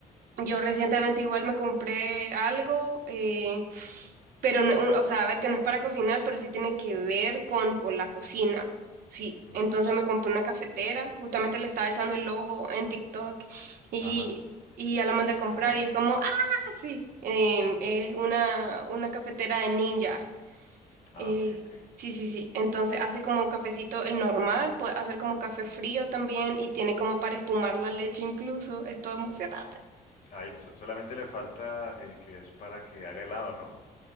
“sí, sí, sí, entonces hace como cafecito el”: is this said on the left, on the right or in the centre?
Right